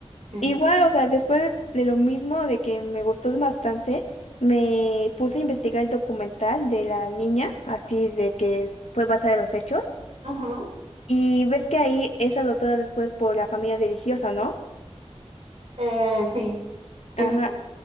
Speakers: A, on the right; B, on the left.
A: Sí.
B: Igual, o sea, después de lo mismo, de que me gustó bastante, me puse a investigar el documental de la niña, así de que fue basada en los hechos.
A: Ujú.
B: Y ves que ahí es adoptada después por la familia religiosa, ¿no?
A: Eh, sí. Sí,
B: Ajá.
A: sí,